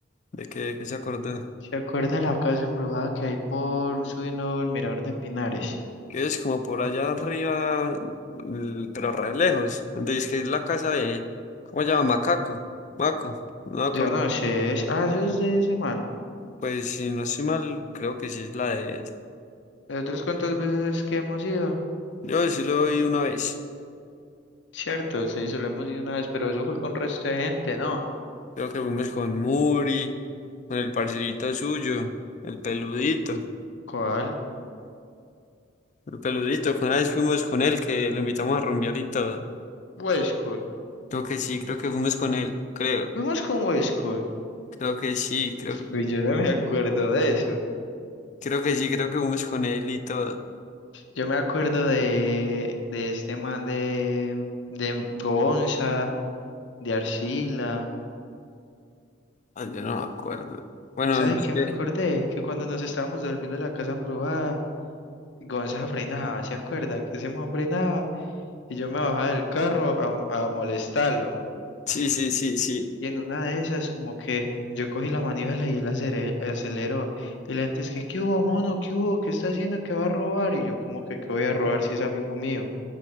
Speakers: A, on the left; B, on the left.
A: ¿De que se acordó?
B: ¿Se acuerda de la casa embrujada que hay por subiendo el mirador de Pinares?
A: Que es como por allá arriba, l- pero re lejos. Donde dice que es la casa de... ¿Cómo se llama? Macaco. Maco. No me acuerdo.
B: Yo no sé, es... ah, eso es de ese man.
A: Pues si no estoy mal, creo que sí es la de él.
B: de otras cuántas veces que hemos ido?
A: Yo sí lo vi una vez.
B: Cierto, sí, solo hemos ido una vez, pero eso fue con resto de gente, ¿no?
A: Creo que fuimos con Muri, con el parcerito suyo, el peludito.
B: ¿Cuál?
A: El peludito, una vez fuimos con él, que lo invitamos a rumbear y todo.
B: Westcol.
A: Creo que sí, creo que fuimos con él, creo,
B: Fuimos con Westcol.
A: creo que sí, creo que,
B: Pues yo no me acuerdo de eso.
A: creo que sí, creo que fuimos con él y todo.
B: Yo me acuerdo de, de este man de, de Gonza, de Arcila.
A: Ah, yo no me acuerdo. Bueno,
B: ¿Sabes
A: no
B: qué
A: sé.
B: me acordé? Que cuando nos estábamos devolviendo a la casa embrujada, Gonza frenaba, ¿se acuerda? Que se me frenaba y yo me bajaba del carro a, a molestarlo.
A: Sí, sí, sí, sí.
B: Y en una de esas, como que yo cogí la manivela y él acere- aceleró. Y la gente es que, ¿qué hubo, mono? ¿Qué hubo? ¿Qué está haciendo? ¿Qué va a robar? Y yo, como que, ¿qué voy a robar si es amigo mío?